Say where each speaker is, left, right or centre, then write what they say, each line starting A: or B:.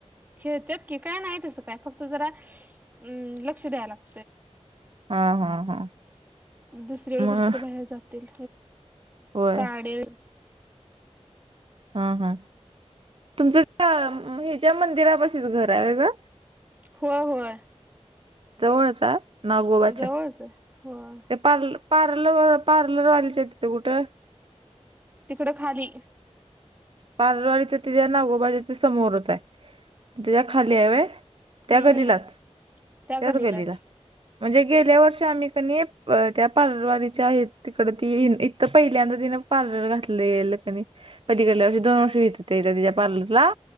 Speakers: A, on the right; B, on the right.
A: खेळत्यात की काय नाही तसं काय फक्त जरा अ लक्ष द्याय लाग
B: हा हा हा.
A: दुसरीकडे
B: मग
A: कुठतरी बाहेर जातील
B: होय
A: गाडे
B: हा हा तुमचं त्या हच्या मंदिरापशीच घर आहे वय ग?
A: होय होय.
B: जवळचय नागगोबाच्या
A: जवळच आहे. होय
B: ते पार पार्लरवर पार्लरवाल्याच तिेतं कुठं?
A: तिकडं खाली
B: पार्लरवाली तिज्या नागोबा तिथं समोरच् आहे त्याच्या खाली या वय.
A: हम्म
B: त्या गलीलाच
A: त्या
B: त्याच
A: गल्लीलाच
B: गलीला म्हणजे गेल्या वर्षी आम्ही क नई त्या पलवारीच्या तिकड ती तर पहिल्यांदा तिन पार्लर घातलल कनी पलीकडल्या दोन वर्ष होत होते तिचा पार्लरला